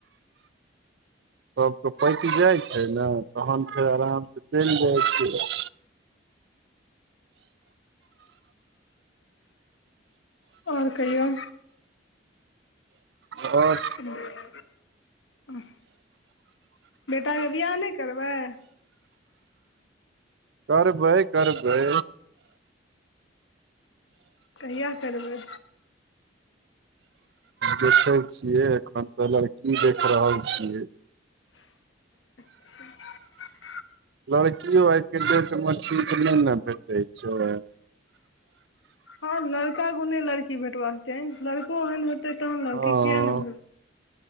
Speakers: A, on the right; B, on the left.
A: सबके पैच जाइ छै न तहन फेर आरामसँ चलि जाइ छियै
B: आओर कहियौ
A: और
B: आओर बेटाके बिआह नहि करबै
A: करबै करबै
B: कहिआा करबै
A: देखै छियै एखन त लड़की देख रहल छियै
B: <unintelligible>
A: लड़कियो आई के डेट मे ठीक नाए न भेटैत छै
B: हँ लड़का गुने लड़की भेटबाक चाही लड़को एहन होेते तहन लड़की
A: हँ
B: किया ने